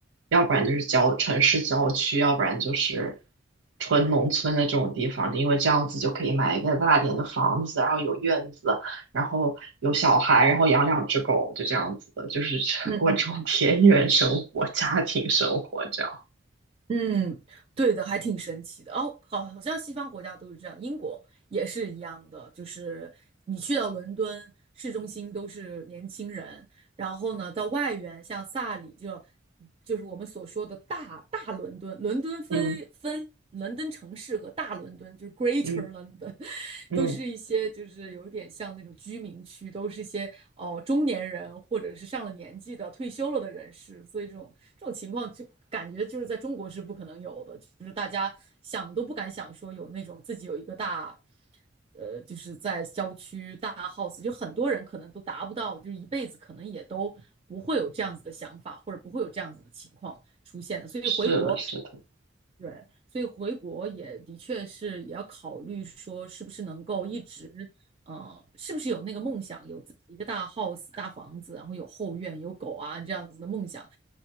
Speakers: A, on the right; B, on the right.
A: 要不然就是郊城市郊区，要不然就是纯农村的这种地方，因为这样子就可以买一个大点的房子，然后有院子。然后有小孩，然后养两只狗，就这样子的，就是 <laughs>
B: 嗯。
A: 过这种田园生活、<laughs> 家庭生活这样。
B: 嗯，对的，还挺神奇的哦。好，好像西方国家都是这样，英国也是一样的。就是你去到伦敦市中心都是年轻人，然后呢，到外缘像萨里就就是我们所说的大大伦敦，伦敦分分伦敦城市和大伦敦，
A: 嗯
B: 就是 Greater
A: 嗯
B: London。
A: 嗯，
B: 都是一些就是有点像那种居民区，都是一些哦、呃中年人或者是上了年纪的退休了的人士，所以这种这种情况就感觉就是在中国是不可能有的，就是大家想都不敢想说有那种自己有一个大。呃，就是在郊区大 house，就很多人可能都达不到，就是一辈子可能也都不会有这样子的想法，或者不会有这样子的情况出现的。所以回国
A: 是的，是的，
B: 对，所以回国也的确是也要考虑说，是不是能够一直，呃，是不是有那个梦想，有自己一个大 house、大房子，然后有后院、有狗啊这样子的梦想，